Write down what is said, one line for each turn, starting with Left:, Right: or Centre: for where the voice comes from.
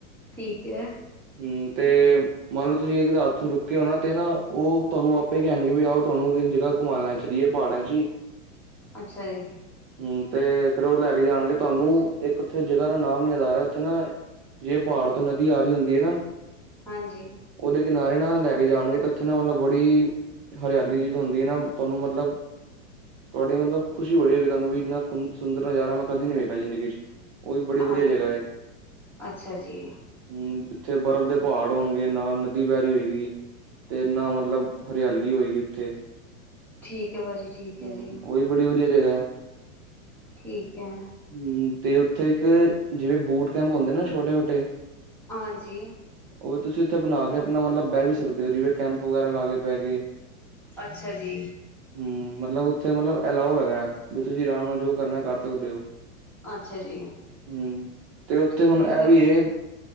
Centre: ਠੀਕ ਐ।
Right: ਹੂੰ ਤੇ, ਮੰਨ ਲਓ ਤੁਸੀਂ ਇੱਕ ਤਾਂ ਹੱਥ ਰੁਕਕੇ ਉਹਨਾ ਤੇ ਨਾ ਉਹ ਤੁਹਾਨੂੰ ਆਪੇ ਕਹਿਣਗੇ ਵੀ ਆਓ ਤੁਹਾਨੂੰ ਇੱਕ ਜਗ੍ਹਾ, ਘੁਮਾਣ ਲੈ ਚਲੀਏ ਪਹਾੜਾਂ ਚ ਹੀ,
Centre: ਅੱਛਾ ਜੀ।
Right: ਹੂੰ ਤੇ ਫੇਰ ਉਹ ਲੈ ਕੇ ਜਾਣਗੇ ਤੁਹਾਨੂੰ ਇੱਕ ਉੱਥੇ ਜਗ੍ਹਾ ਦਾ ਨਾਮ ਯਾਦ ਆ ਰਿਹਾ ਉੱਥੇ ਨਾ, ਜੇ ਪਹਾੜ ਤੋਂ ਨਦੀ ਆ ਰਹੀ ਹੁੰਦੀ ਹੈ ਨਾ,
Centre: ਹਾਂਜੀ।
Right: ਉਹਦੇ ਕਿਨਾਰੇ ਨਾ ਲੈ ਕੇ ਜਾਣਗੇ ਤਾਂ ਉੱਥੇ ਨਾ ਮਤਲਬ ਬੜੀ ਹਰਿਆਲੀ ਜੀ ਵੀ ਹੁੰਦੀ ਹੈ ਨਾ, ਤੁਹਾਨੂੰ ਮਤਲਬ, ਤੁਹਾਡੀ ਮਤਲਬ ਖੁਸ਼ੀ ਬੜੀ ਹੋ ਗਈ ਤੁਹਾਨੂੰ ਇੰਨਾ ਸੁੰਦਰ ਨਜ਼ਾਰਾ ਮੈਂ ਕਦੀ ਨੀ ਵੇਖਿਆ ਜ਼ਿੰਦਗੀ ਚ, ਉਹ ਵੀ ਬੜੀ ਵਦੀਆ
Centre: ਹਾਂਜੀ
Right: ਜਗ੍ਹਾ ਏ।
Centre: ਅੱਛਾ ਜੀ
Right: ਹੂੰ‌, ਜਿੱਥੇ ਬਰਫ਼ ਦੇ ਪਹਾੜ ਹੋਨਗੇ, ਨਾਲ ਨਦੀ ਵੈਅ ਰੀ ਹੋਏਗੀ। ਤੇ ਨਾ, ਮਤਲਬ, ਹਰਿਆਲੀ ਹੋਏਗੀ ਉੱਥੇ।
Centre: ਠੀਕ ਐ ਭਾਜੀ, ਠੀਕ
Right: ਹੂੰ,
Centre: ਐ ਜੀ।
Right: ਉਹ ਵੀ ਬੜੀ ਵਦੀਆ ਜਗ੍ਹੈ।
Centre: ਠੀਕ ਐ।
Right: ਹੂੰ, 'ਤੇ ਉੱਥੇ ਇੱਕ ਜਿਵੇਂ ਬੂਟ ਕੈਂਪ ਹੁੰਦੇ ਨਾ, ਛੋਟੇ-ਛੋਟੇ।
Centre: ਹਾਂਜੀ।
Right: ਓ ਤੁਸੀਂ ਉੱਥੇ ਬਨਾ ਕੇ ਆਪਨਾ ਮਤਲਬ ਬੈਅ ਵੀ ਸਕਦੇ, ਜਿਵੇਂ ਕੈਂਪ ਵਗੈਰਾ ਲਾ ਕੇ ਬੈਅ ਗੇ‌।
Centre: ਅੱਛਾ ਜੀ।
Right: ਹੂੰ‌, ਮਤਲਬ ਉੱਥੇ ਮਤਲਬ ਅਲਾਓ ਹੈਗੈ, ਬਈ ਤੁਸੀਂ ਆਰਾਮ ਨਾਲ ਜੋ ਕਰਨੈ ਕਰ ਸਕਦੇ ਓ।
Centre: ਅੱਛਾ ਜੀ
Right: ਹੂੰ, ਤੇ ਉੱਥੇ
Centre: ਠੀਕ
Right: ਹੁਨ
Centre: ਹੈ ਫਿਰ
Right: ਐ ਵੀ ਏ।